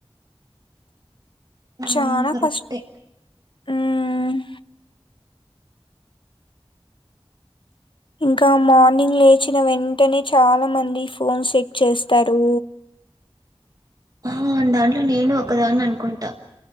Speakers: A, on the right; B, on the left.
A: అవును
B: చానా
A: కరెక్టే
B: కష్ ఉహ్ ఇంకా మార్నింగ్ లేచిన వెంటనే చాలా మంది ఫోన్స్ చెక్ చేస్తారు
A: ఆ దాంట్లో నేను ఒక్కదాన్ని అనుకుంటా